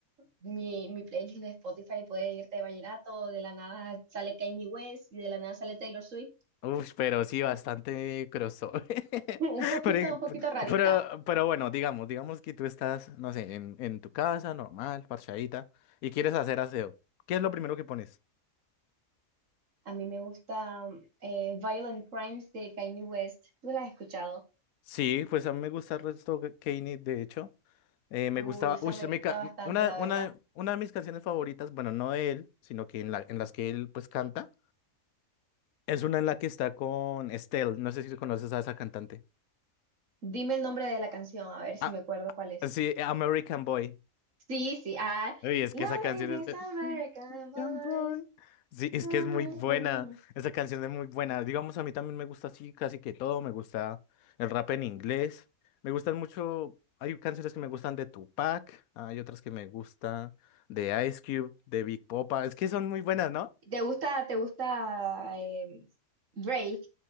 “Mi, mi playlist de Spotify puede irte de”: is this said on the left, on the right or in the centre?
Right